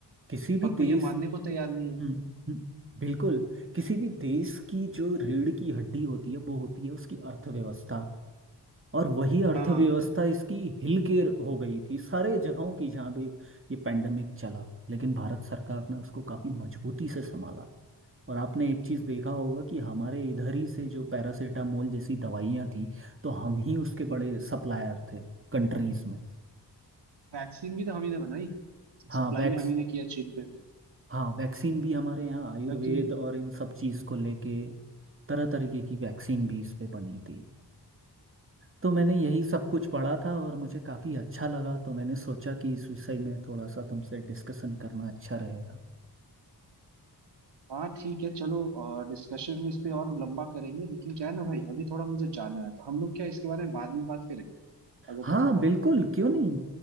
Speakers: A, on the right; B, on the right.
A: किसी भी
B: पर कोई
A: देश
B: ये मानने को तैयार नहीं है
A: हम्म हम्म, बिल्कुल किसी भी देश की जो रीढ़ की हड्डी होती है वो होती है उसकी अर्थव्यवस्था और वही अर्थव्यवस्था
B: हाँ
A: इसकी हिल के हो गई थी सारे जगहों की जहाँ भी ये पैंडेमिक चला लेकिन भारत सरकार ने उसको काफी मजबूती से संभाला और आपने एक चीज देखा होगा कि हमारे इधर ही से जो पैरासीटामोल जैसी दवाइयाँ थी तो हम ही उसके बड़े सप्लायर थे कंट्रीज में
B: वैक्सीन भी तो हम ही ने बनाई
A: हाँ
B: सप्लाई
A: वैक्स
B: भी हम ही ने किया चीप
A: हाँ वैक्सीन भी हमारे यहाँ आयुर्वेद
B: लेकिन
A: और इन सब चीज़ को लेके तरह तरीके की वैक्सीन भी इस पे बनी थी तो मैंने यही सब कुछ पढ़ा था और मुझे काफ़ी अच्छा लगा तो मैंने सोचा कि इस विषय में थोड़ा सा तुमसे डिस्कशन करना अच्छा रहेगा
B: हाँ ठीक है चलो डिस्कशन इस पे और लंबा करेंगे लेकिन क्या है ना भाई अभी थोड़ा मुझे जाना है तो हम लोग क्या इसके बारे में बाद में बात करें अगर
A: हाँ
B: तुम्हें प्रॉब्लम
A: बिल्कुल
B: ना हो तो।
A: क्यों नहीं